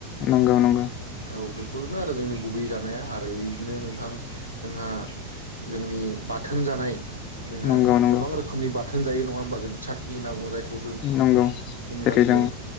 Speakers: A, on the left; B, on the right.
A: नंगौ नंगौ
B: औ बेफोरनो आरो जोंनि गुबै जानाया आरो बिदिनो नोंथां जोंहा जोंनि बाथोन जानाय जोंहा
A: नंगौ नंगौ
B: गोबां रोखोमनि बा थोन जायो नङा होमबा जों चाटनि होनना बुङो जायखौ जों
A: नंगौ
B: इंराजियाव।
A: जेरै जों